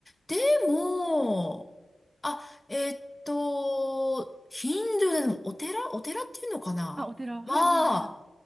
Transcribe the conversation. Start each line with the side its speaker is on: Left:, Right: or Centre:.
Left: でも、あ、えっと、ヒンドゥーでもお寺、お寺っていうのかなは、
Right: あ、お寺。はいはいはい。